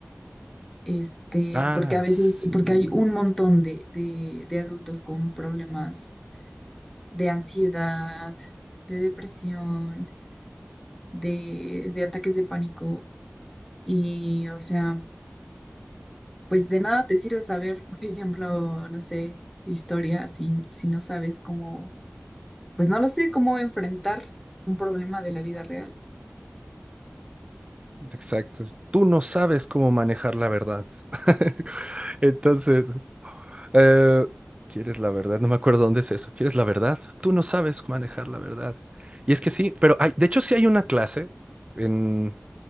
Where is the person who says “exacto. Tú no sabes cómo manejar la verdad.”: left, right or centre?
Right